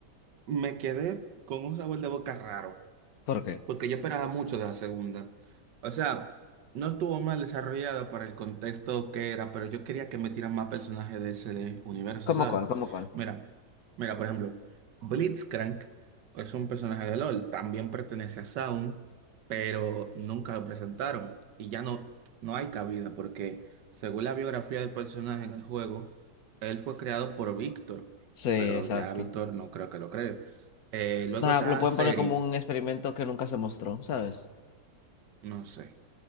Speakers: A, on the right; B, on the left.
A: me quedé con un sabor de boca raro.
B: ¿Por qué?
A: porque yo esperaba mucho de la segunda. O sea, no estuvo mal desarrollada para el contexto que era, pero yo quería que metieran más personajes de ese de- universo,
B: ¿Cómo
A: ¿sabes?
B: cuál? ¿Cómo cuál?
A: Mira, mira, por ejemplo, Blitzcrank es un personaje de LOL, también pertenece a Sound, pero nunca lo presentaron y ya no, no hay cabida porque según la biografía del personaje en el juego, él fue creado por Víctor,
B: Sí,
A: pero
B: exacto.
A: ya Víctor no creo que lo cree. Eh, luego
B: Nada,
A: está
B: lo pueden
A: Seri,
B: poner como un experimento que nunca se mostró, ¿sabes?
A: no sé.